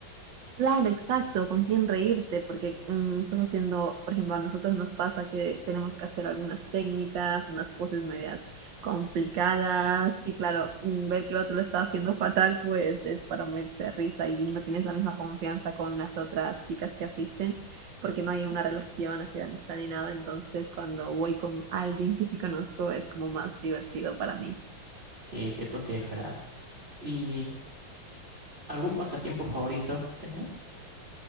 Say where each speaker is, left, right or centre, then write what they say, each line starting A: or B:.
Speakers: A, on the right (about 65°); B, on the right (about 30°).
A: Claro, exacto, con quién reírte, porque mm, estás haciendo, por ejemplo, a nosotros nos pasa que tenemos que hacer algunas técnicas, unas poses medias complicadas, y claro, mm, ver que el otro lo está haciendo fatal, pues es para morirse de risa y no tienes la misma confianza con las otras chicas que asisten, porque no hay una relación así de amistad ni nada, entonces cuando voy con alguien que sí conozco es como más divertido para mí.
B: Sí, sí, eso sí es verdad. ¿Y algún pasatiempo favorito tenés?